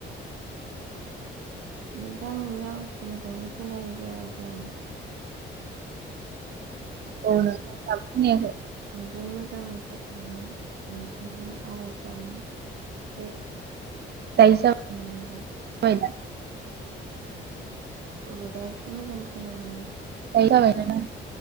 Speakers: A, on the right; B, on the right.
A: नोंथां नोंनि आवाजखौ मोजाङै खोनानाय जायाखै आङो।
B: औ नोंथां दाबो खोनायाखै?
A: बांद्राय मोजाङै जायाखैमोन नोंथांनि आवाजआ एसे
B: जायसम
A: मोन नोंथां
B: <unintelligible>
A: अ दा एसे मोजां खोनादोंमोन।
B: दायो जाबाय <unintelligible>